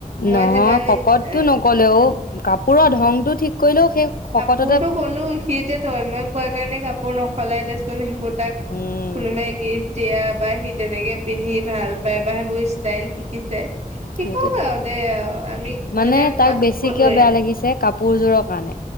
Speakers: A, on the right; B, on the left.
A: মই
B: নহয়
A: যিমান
B: শকতটো
A: এই
B: নকলেও কাপোৰৰ ধংতটো ঠিক কৰিলেও সেই শকত
A: কাপোৰতো ক'লো সি যে তই মই কোৱা কাৰণে কাপোৰ নখলাই দেচোন সেইবোৰ তাক
B: উম,
A: কোনোবাই গিফট দিয়া বা সি তেনেকে পিন্ধি ভাল পায় বা সেইবোৰ ষ্টাইল শিকিছে শিকক
B: সেইটোৱে
A: আৰু দে আৰু আমি মই
B: মানে
A: এতিয়া
B: তাক
A: কোৱাতো
B: বেছি
A: কলোৱে
B: কিয় বেয়া লাগিছে কাপোৰযোৰৰ কাৰণে